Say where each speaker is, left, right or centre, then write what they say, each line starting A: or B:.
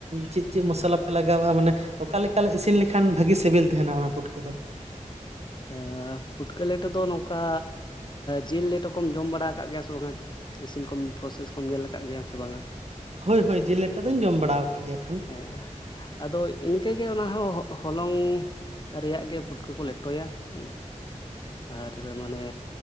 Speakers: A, on the right; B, on the left.
A: ᱪᱮᱫ ᱪᱮᱫ ᱢᱚᱥᱞᱟ ᱯᱮ ᱞᱟᱜᱟᱣᱟᱜᱼᱟ ᱢᱟᱱᱮ ᱚᱠᱟ ᱞᱮᱠᱟᱞᱮ ᱤᱥᱤᱱ ᱞᱮᱠᱷᱟᱱ ᱵᱷᱟᱜᱤ ᱥᱤᱵᱤᱞ ᱛᱟᱦᱮᱱᱟ ᱚᱱᱟ ᱯᱩᱴᱠᱟ ᱫᱚ᱾
B: ᱟ ᱯᱷᱩᱴᱠᱟᱹ ᱞᱮᱴᱚ ᱫᱚ ᱱᱚᱝᱠᱟ ᱡᱤᱞ ᱞᱮᱴᱚ ᱠᱚᱢ ᱡᱚᱢ ᱵᱟᱲᱟ ᱟᱠᱟᱜ ᱜᱮᱭᱟ ᱥᱮ ᱵᱟᱝᱼᱟ᱾ ᱤᱥᱤᱱ ᱠᱚᱢ ᱯᱨᱚᱥᱮᱥ ᱠᱚᱢ ᱧᱮᱞ ᱟᱠᱟᱫ ᱜᱮᱭᱟᱟᱢ ᱥᱮ ᱵᱟᱝᱟ᱾
A: ᱦᱳᱭ ᱦᱳᱭ ᱡᱤᱞ ᱞᱮᱴᱚ ᱫᱚᱧ ᱡᱚᱢ ᱵᱟᱲᱟ ᱟᱠᱟᱜ ᱜᱮᱭᱟ ᱠᱷᱟᱱ᱾
B: ᱦᱮᱸ ᱟᱫᱚ ᱤᱱᱠᱟᱹᱜᱮ ᱚᱱᱟ ᱦᱚᱸ ᱦ ᱦᱚᱞᱚᱝ ᱨᱮᱭᱟᱜ ᱜᱮᱠᱚ ᱯᱩᱴᱠᱟ ᱠᱚ ᱞᱮᱴᱚᱭᱟ ᱦᱸ᱾ ᱟᱨ ᱢᱟᱱᱮ